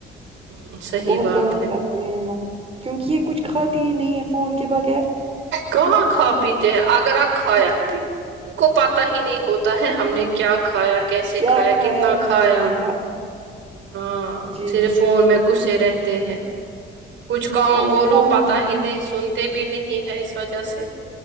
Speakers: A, on the right; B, on the right.
A: ہ صحیح
B: بہت
A: بات
B: غلط
A: ہے
B: کر ہم کیونکہ یہ کچھ کھاتے ہی نہیں ہے فون کے بغیر
A: کہاں کھا پیتے ہیں اگر آپ کھایں ان کو پتا ہی نہیں ہوتا ہے ہم نے کیا کھایا کیسے
B: کیا
A: کھایا کتنا کھایا
B: کیا نہیں
A: ہاں
B: جی
A: صرف
B: جی
A: فون میں گسے رہتے ہیں کچھ کہوں
B: اور
A: بولو
B: فون
A: پتا ہی نہیں سنتے بھی نہیں ہے اس وجہ سے